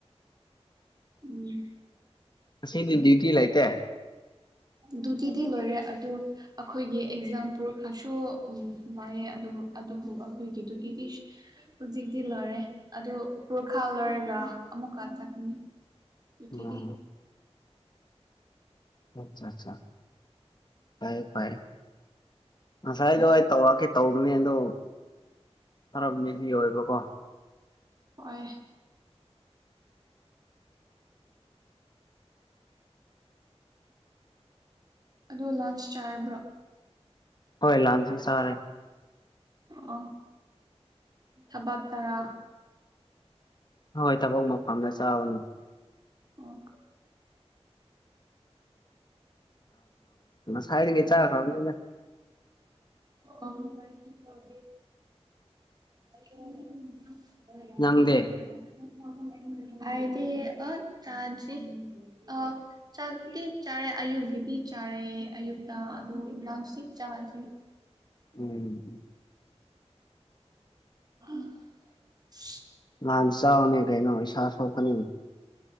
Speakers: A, on the right (about 35°); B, on the left (about 40°).
A: ꯎꯝ
B: ꯉꯁꯤꯗꯤ ꯗ꯭ꯌꯨꯇꯤ ꯂꯩꯇꯦ ꯫
A: ꯗꯨꯇꯤꯗꯤ ꯂꯣꯏꯔꯦ ꯑꯗꯨ ꯑꯩꯈꯣꯏꯒꯤ ꯑꯦꯛꯖꯥꯝ ꯄꯨꯔꯛꯈꯔꯁꯨ ꯎꯝ ꯂꯩꯌ‌ꯦ ꯑꯗꯨꯕꯨ ꯑꯗꯨꯕꯨ ꯑꯩꯈꯣꯏꯒꯤ ꯗꯨꯒꯤꯗꯤ ꯍꯧꯖꯤꯛꯇꯤ ꯂꯣꯏꯔꯦ ꯑꯗꯨ ꯄꯔꯈꯥ ꯂꯣꯏꯔꯒ ꯑꯃꯨꯛꯀ ꯆꯠꯀꯅꯤ ꯫ ꯎꯠꯇꯦꯗꯤ
B: ꯑꯣ ꯑꯠꯆꯥ ꯆꯥ ꯄꯥꯏꯌꯨ ꯄꯥꯏ ꯉꯁꯥꯏꯗꯣ
A: ꯍꯣꯏ
B: ꯑꯩ ꯇꯧꯔꯛꯀꯦ ꯇꯧꯕꯅꯦ ꯑꯗꯣ ꯈꯔ ꯃꯤꯖꯤ ꯑꯣꯏꯕꯀꯣ
A: ꯍꯣꯏ ꯑꯗꯣ ꯂꯥꯟꯁ ꯆꯥꯔꯕ꯭ꯔꯣ
B: ꯍꯣꯏ ꯂꯥꯟꯁꯤ ꯆꯔꯦ
A: ꯑꯣ ꯊꯕꯛ ꯇꯔꯥ
B: ꯍꯣꯏ ꯊꯕꯛ ꯃꯄꯝꯗ ꯆꯥꯕꯅꯤ
A: ꯑꯣ
B: ꯈꯥꯏꯗꯒꯤ ꯆꯈ꯭ꯔꯝꯅꯤꯗ
A: ꯑꯣ <unintelligible> <unintelligible>
B: ꯅꯪꯗꯤ
A: ꯑꯥꯏꯗꯤ ꯑ ꯆꯥꯗ꯭ꯔꯤ ꯑ ꯆꯥꯛꯗꯤ ꯆꯥꯔꯦ ꯑꯌꯨꯛꯀꯤꯗꯤ ꯆꯥꯔꯦ ꯑꯌꯨꯛꯇ ꯑꯗꯨ ꯂꯟꯁꯇꯤ ꯆꯥꯗ꯭ꯔꯤ
B: ꯎꯝ
A: <unintelligible>
B: ꯅꯑꯥꯟ ꯆꯥꯎꯅꯦ ꯀꯩꯅꯣ ꯏꯁꯥ ꯁꯣꯛꯀꯅꯤ